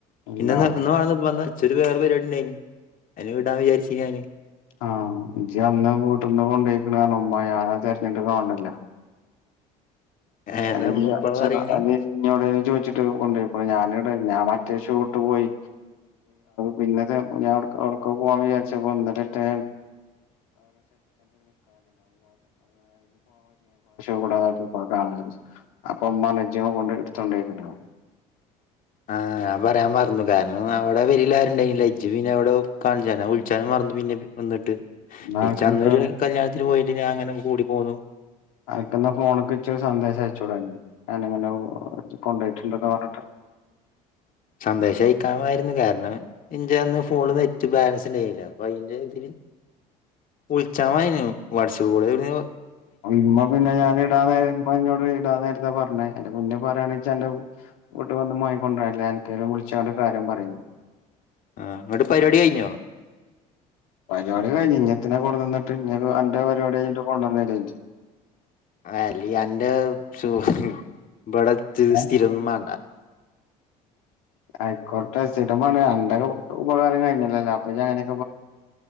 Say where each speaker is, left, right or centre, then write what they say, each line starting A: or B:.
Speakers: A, on the left; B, on the left.
A: ഇല്ല
B: ഇന്ന ഒന്ന് വന്ന് ഇച്ചൊരു വേറെ പരിപാടിുണ്ടായിന് അ വിടാ വിചാരിച്ച ഞാന്
A: ആ ഇചി അന്ന് വീട്ടന്ന് കൊണ്ടോയിക്കണ ക ഉമ്മ ഞാനാ തിരഞ്ഞിട്ട് കാണണില്ല
B: ഏഹ് അതെന്താ
A: അ
B: ഇമ്മ ഇപ്പളാ പറയണേ
A: അ ഇന്നോട് ചോദിച്ചിട്ട് കൊണ്ടൊ യപ്പോ ഞാനടെ ഞാൻ മറ്റേഷൂ ഇട്ട്പോയി പിന്നഞക്ക പോവാാൻ വിചാരിച്ചട്ട <unintelligible> <unintelligible>
B: ആ പറയാൻ മറന്നു കാരണം അവിടെ വരിലാരുണ്ടായി ഇജ്ജ് പിന്നെ അവിടെ കാണിച്ചാലും വിളിച്ചാലും പിന്നെ വന്നിട്ട്
A: ന്നാ
B: ഈ
A: അനക്കെനക്ക്
B: ചന്നൊരു കല്യാണത്തിന് പോയിട്ട് ഞ അങ്ങനെ കൂടി പോന്നു
A: അനക്ക്ന്ന ഫോണൊക്കെ ഇച്ച സന്ദേശം അയച്ചോടായിരുന്നു ഞാനങ്ങനെ കൊണ്ടോയിട്ടുണ്ടന്ന് പറഞ്ഞിട്ട്
B: സന്ദേശം അയക്കാമായിരുന്നു കാരണം എന്റെ അന്ന് ഫോണ് നെറ്റ് ബാലൻസ് ഉണ്ടായില്ല അപ്പൊ അതിന്റെ ഇതില് ഉൾച്ചമായിന്നു മായി വാട്ടസപ്പ് കൂടെ എവിടെന്നോ
A: അ ഇമ്മ പിന്നെ ഞാനീടാതെ ഇമ്മ ഇങ്ങോട്ട് ഇടാനേരത്ത പറഞ്ഞേ അതിന്റെ മുന്നേ പറയാണെങ്കിൽ ന്റെ വീട്ട് വന്ന മായി കൊണ്ടുവന്നില്ല എനിക്ക വിളിച്ചോണ്ട് കാര്യം പറയും
B: ആ അങ്ങോട്ട് പരിപാടി കഴിഞ്ഞോ
A: പരിപാടി കഴിഞ്ഞ് ഇന്നെ കൊണ്ടുന്നട്ട്ക്ക് എന്റെ പരിപാടി കഴഞ്ഞിട്ട് കൊണ്ടുവന്നു
B: വാലി എന്റെ ഇവിടെ
A: ഏ
B: സ്ഥിരമൊന്നും വേണ്ട
A: ആയിക്കോട്ടെ സ്ഥിരം എന്തൊക്കെ ഉപകാരം കഴിഞ്ഞല്ലോ അപ്പൊങ്ങനെ